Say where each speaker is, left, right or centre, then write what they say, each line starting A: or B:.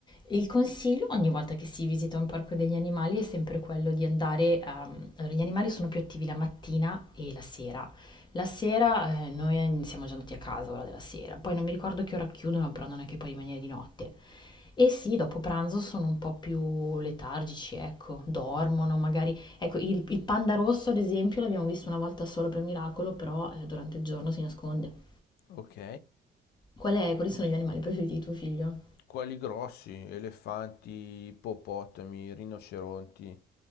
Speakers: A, on the left; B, on the left.
A: Il consiglio ogni volta che si visita un parco degli animali è sempre quello di andare, ehm, allora, gli animali sono più attivi la mattina e la sera. La sera eh, noi siamo già andati a casa ora della sera, poi non mi ricordo che ora chiudono, però non è che puoi rimanere di notte. E sì, dopo pranzo sono un po' più letargici, ecco, dormono magari. Ecco, il, il panda rosso ad esempio l'abbiamo visto una volta solo per miracolo, però eh, durante il giorno si nasconde.
B: Ok.
A: Qual è- quali sono gli animali preferiti di tuo figlio?
B: Quali grossi? Elefanti, ippopotami, rinoceronti.